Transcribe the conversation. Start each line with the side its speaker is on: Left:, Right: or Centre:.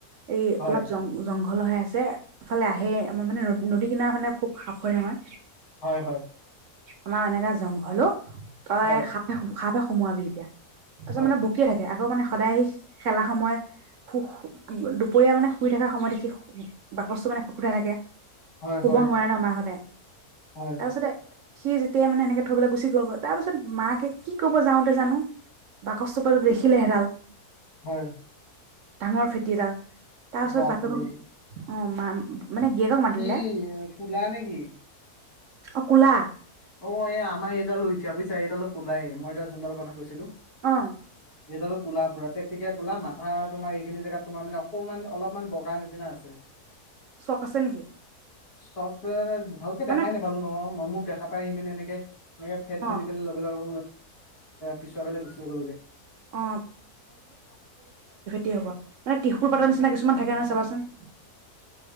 Right: এই
Left: হয়
Right: অলপ জং জংঘল বহল হৈ আছে ইফালে আহেই মানে নদী কিনাৰ মানে খুব সাপ হয় নহয়
Left: হয় হয়
Right: আমাৰ এনেকা জংঘল অ তই
Left: হয়
Right: সা সাপে সোমোৱাবি এতিয়া তাৰপিছত
Left: হয়
Right: মানে বকিয়ে থাকে আকৌ মানে সদায় সি খেলা সময় সুখ দুপৰীয়া মানে শুই থকা সময়ত সি বাকচটো মানে খুতকুঠা থাকে শুব
Left: হয় হয়
Right: নোৱাৰে ন মা হতে
Left: হয়
Right: তাৰপিছতে সি যেতিয়াই মানে এনেকে থৈ পেলাই গুচি গল গৈ তাৰ পিছত মাকে কি কব যাওঁতে জানো বাকচ চপাতত দেখিলে হেৰাল
Left: হয়।
Right: ডাঙৰ ফেটিডাল তাৰ পিছত
Left: বাপৰে
Right: বাকচত অ' মা মানে গিয়েকক মাতিলে
Left: কি কোলা নেকি?
Right: অ' কোলা।
Left: অ' এ আমাৰ এইডালো উঠা পিছা এইডালো ওল আহে মই এটা যোনডাল কথা কৈছিলো।
Right: অ'।
Left: যিহেতালো কলা বুৰা টে টেকীয়া কলাথা তোমাৰ এইখিনি জেগাত তোমাৰ মানে অকমান অলপমান বগা নিচিনা আছে।
Right: চখ আছে নেকি?
Left: <inaudible> ভালকে
Right: মানে
Left: দেখাই নাপালো ন। মই মুখ দেখা পাৰি মানে এনেকে মানে ফেট
Right: অ
Left: মিলি মিলাই লগ হ পিছা মিনি গুচি গ'লগৈ
Right: অ দি হ'ব তিষুৰ পাতৰ নিচিনা কিছু মান থাকে নহয় চাবাচোন।